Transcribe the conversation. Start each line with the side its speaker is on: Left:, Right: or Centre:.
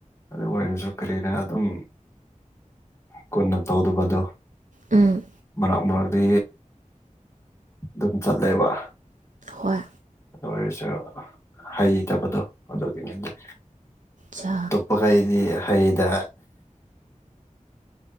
Left: ꯑꯗꯨ ꯑꯣꯏꯔꯁꯨ ꯀꯔꯤꯅ ꯑꯗꯨꯝ ꯀꯨꯟꯅ ꯇꯧꯗꯕꯗꯨꯣ
Right: ꯎꯝ
Left: ꯃꯔꯛ ꯃꯔꯛꯇ ꯑꯗꯨꯝ ꯆꯠꯂꯕ
Right: ꯍꯣꯏ
Left: ꯑꯣꯏꯣꯏꯁꯨ ꯍꯩꯇꯕꯗꯣ ꯑꯗꯨꯒꯤꯅꯤꯅꯦ
Right: ꯆꯥ
Left: ꯄꯈꯥꯏꯗꯤ ꯍꯥꯏ ꯗ